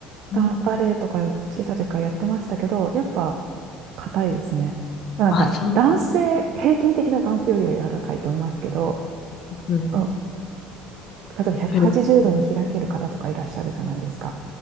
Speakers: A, on the right; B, on the left.
A: ダバレエとか小さい時からやってましたけど、
B: うん
A: やっぱ硬いですね。まあなんか、
B: あ、そう、
A: 男性、平均的な男性よりは柔らかいと思いますけど、
B: うん。
A: うん例えば180度に開ける方とかいらっしゃるじゃないですか。
B: はい。